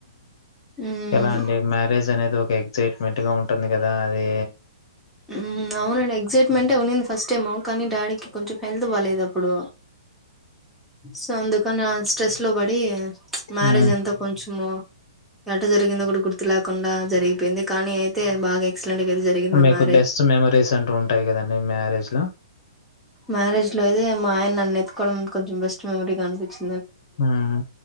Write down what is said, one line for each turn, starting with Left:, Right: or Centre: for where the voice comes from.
Centre: ఉమ్
Left: ఎలా అండి మ్యారేజ్ అనేది ఒక ఎగ్సైట్మెంట్ అట్టుగా ఉంటుంది కదా అది
Centre: ఉ అవునుండి ఎక్సైట్మెంట్ అవునుంద ఫస్ట్ ఇష్టేమో కానీ డాడీకి కొంచెం హెల్త్ పాలేదు అప్పుడు సందుకానే అ స్ట్రెస్ లో పడి మారేజ్
Left: మ్మ్.
Centre: ఎంత కొంచెం మో ఎట జరిగిందో కూడా గుర్తు లేకుండా జరిగిపోయింది కానీ అయితే బాగా ఎక్ ఇట్లాంటిగరు జరిగిందిమ్మా
Left: మీకు బెస్ట్ మెమరీస్ అంటూ ఉంటాయి కదండి మ్యారేజ్ లో
Centre: మ్యారేజ్ లో అయితే మా ఆయన నన్ను ఎత్తుకోవడం కొంచెం బెస్ట్ మెమరీగా అనిపించింది
Left: ఉమ్